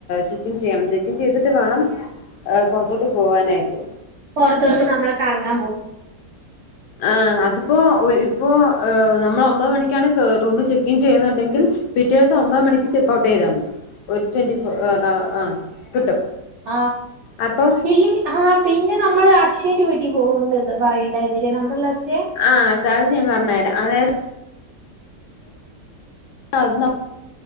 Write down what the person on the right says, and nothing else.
പൊറത്തോട്ട് നമ്മള് കറങ്ങാൻ പോവാ
ആഹ്
ഇല്ലെ ആഹ് പിന്നെ നമ്മള് അക്ഷയന്റെ വീട്ടി പോവ്ണ്ട് ഇത് പറയണ്ടായിരുന്നില്ലേ നമ്മടെ ക്ലാസ്യെ